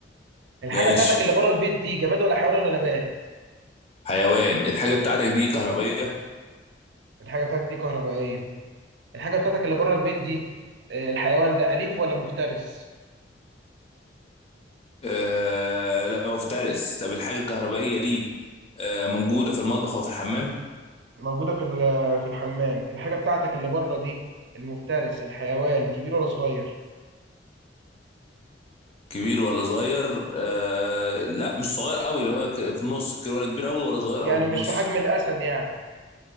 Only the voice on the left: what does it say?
ماشي
حيوان الحاجة بتاعتك دي كهربائية
آه لا مفترس طب الحاجة الكهربائية دي آه موجودة في المطبخ وفي الحمام
كبير ولا صغير آه لا مش صغير قوي اللي هو ك- في النص كده ولا كبير قوي ولا صغير
قوي في
النص